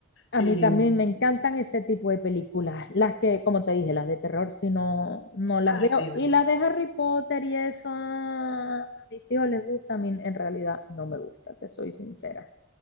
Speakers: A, on the left; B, on the left.
A: A
B: Em,
A: mí también me encantan ese tipo de películas, las que, como te dije, las de terror, si no, no las
B: ah,
A: veo.
B: sí, no.
A: Y las de Harry Potter y eso, ah, a mis hijos les gusta, a mí en realidad no me gusta, te soy sincera.